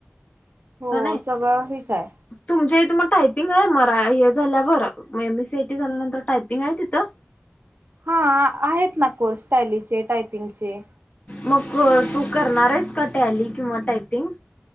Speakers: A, on the right; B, on the left.
A: हो
B: ह नाही
A: सगळं हेच आहे.
B: तुमच्या इथं मग टायपिंग आहे म हे झाल्यावर एमसीआयटी झाल्यानंतर टायपिंग आहे तिथं
A: हा आहेत ना कोर्स टॅलीचे, टायपिंगचे
B: मग तू करणार आहेस का टॅली किंवा टायपिंग